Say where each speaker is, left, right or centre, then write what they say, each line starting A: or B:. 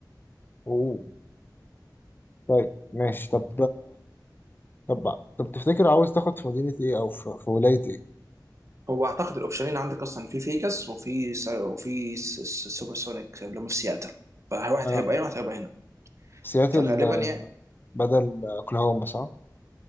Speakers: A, on the left (about 30°); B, on the right (about 40°).
A: أوه. طيب ماشي طب طب طب تفتكر عاوز تاخد في مدينه ايه او في, في ولايه ايه
B: هو اعتقد الاوبشنين عندك اصلا في فيجاس وفي س- وفي س- س- سوبر سونيك اللي هم في سياتل فواحد
A: آه.
B: هيبقى هنا وواحد هيبقى هنا
A: سياتل
B: فغالبا يعني
A: بدل اوكلاهوما صح